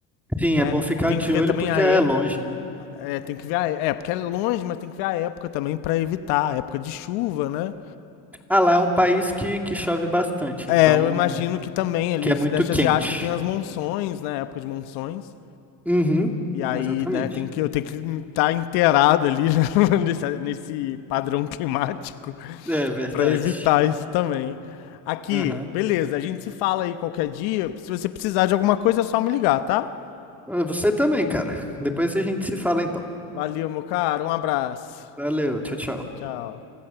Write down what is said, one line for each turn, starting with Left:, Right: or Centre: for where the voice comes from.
Centre: Sim,
Left: né?
Centre: é bom ficar
Left: Tem
Centre: de
Left: que ver
Centre: olho
Left: também
Centre: porque
Left: a
Centre: é
Left: época.
Centre: longe, né?
Left: é, tem que ver a, é, porque é longe, mas tem que ver a época também para evitar, a época de chuva, né?
Centre: Ah, lá é um país que, que chove bastante,
Left: É,
Centre: então,
Left: eu imagino que também ali
Centre: que é
Left: o
Centre: muito
Left: Sudeste
Centre: quente.
Left: Asiático tem as monções, né? Época de monções.
Centre: Uhum,
Left: E aí,
Centre: exatamente.
Left: né, tem que, eu tenho que estar tá inteirado ali <laughs> nesse, nesse padrão climático
Centre: É verdade.
Left: para evitar isso também. Aqui,
Centre: Aham.
Left: beleza, a gente se fala aí qualquer dia. Se você precisar de alguma coisa, é só me ligar, tá?
Centre: Ah, Você também, cara. Depois a gente se fala então.
Left: Valeu, meu caro. Um abraço.
Centre: Valeu, tchau, tchau.
Left: Tchau.